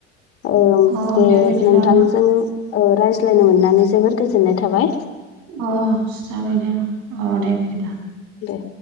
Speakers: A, on the left; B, on the right.
A: ओं
B: अ
A: दे
B: बिदिब्ला
A: नोंथांजों
B: नोंथां
A: ओ रायज्लायनो मोननानै जोबोर गोजोननाय थाबाय।
B: अ जाबाय दे अ दे बिदिब्ला।
A: दे